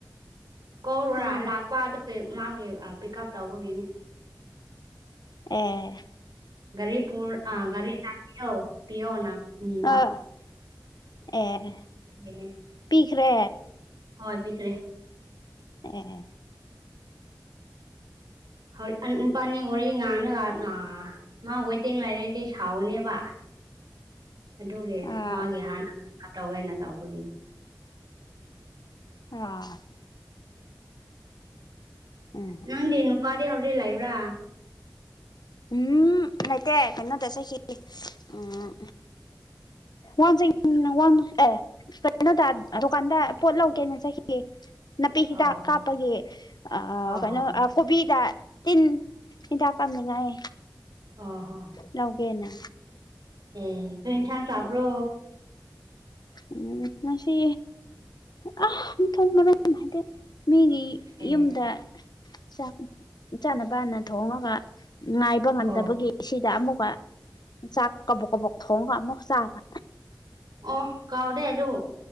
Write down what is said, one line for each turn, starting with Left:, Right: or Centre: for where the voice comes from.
Right: ꯀꯧꯔꯥ
Left: ꯎꯝ
Right: ꯂꯥꯛꯄ ꯑꯗꯨꯒꯤ ꯃꯥꯒꯤ ꯄꯤꯛꯑꯞ ꯇꯧꯕꯒꯤꯅꯤ
Left: ꯑꯦ
Right: ꯒꯥꯔꯤ ꯄꯨꯔ ꯑꯥ ꯒꯥꯔꯤ ꯂꯥꯛꯕꯤꯗꯣ ꯄꯤꯌꯣꯅ ꯅꯤꯕꯅꯦ
Left: ꯑꯥ ꯑꯦ
Right: <unintelligible>
Left: ꯄꯤꯈ꯭ꯔꯦ
Right: ꯍꯣꯏ ꯄꯤꯈ꯭ꯔꯦ
Left: ꯑꯦ
Right: <unintelligible> ꯃꯥ ꯋꯦꯠꯇꯤꯡ ꯂꯩꯥꯏꯔꯗꯤ ꯁꯥꯎꯅꯤꯕ ꯑꯗꯨꯒꯤ
Left: ꯑꯥ
Right: ꯃꯥꯒꯤ ꯍꯥꯟꯅ ꯄꯤꯛꯑꯞ ꯇꯧꯒꯦꯅ ꯇꯧꯕꯒꯤꯅꯤ
Left: ꯑꯥ ꯎꯝ
Right: ꯅꯪꯗꯤ ꯅꯨꯄꯥꯗꯤ ꯍꯧꯖꯤꯛ ꯂꯩꯕ꯭ꯔꯥ
Left: ꯎꯝ ꯂꯩꯇꯦ ꯀꯩꯅꯣꯗ ꯆꯠꯈꯤ ꯎꯝ <unintelligible> ꯋꯥꯡ ꯑꯦ ꯀꯩꯅꯣꯗ ꯗꯨꯀꯥꯟꯗ ꯄꯣꯠ ꯂꯧꯒꯦꯅ ꯆꯠꯈꯤ ꯅꯥꯄꯤ ꯍꯤꯗꯥꯛ
Right: ꯑ ꯍꯣ
Left: ꯀꯥꯞꯄꯒꯤ ꯑ ꯀꯩꯅꯣ
Right: ꯍꯣ ꯍꯣ
Left: ꯀꯣꯕꯤꯗ ꯇꯤꯟ ꯍꯤꯗꯥꯛ ꯀꯥꯞꯅꯤꯡꯉꯥꯏ
Right: ꯑꯥ ꯍꯥ
Left: ꯅꯧꯒꯦꯅ
Right: ꯑꯦ ꯀꯔꯤ ꯏꯟꯁꯥꯡ ꯆꯥꯕ꯭ꯔꯣ
Left: ꯎꯝ ꯉꯁꯤ ꯑꯥ ꯃꯊꯣꯡ ꯃꯔꯣꯡ ꯅꯥꯏꯗꯦ ꯃꯤꯒꯤ
Right: ꯑꯦ
Left: ꯌꯨꯝꯗ ꯆꯥꯛ ꯆꯥꯅꯕꯅ ꯊꯣꯡꯉꯒ ꯉꯥꯏꯕ ꯉꯝꯗꯕꯒꯤ
Right: ꯑꯣ
Left: ꯁꯤꯗ ꯑꯃꯨꯛꯀ ꯆꯥꯛ ꯀꯕꯣꯛ ꯀꯕꯣꯛ ꯊꯣꯡꯉꯒ ꯑꯃꯨꯛ ꯆꯥꯕ
Right: ꯑꯣ ꯀꯥꯎꯗꯦ ꯑꯗꯨ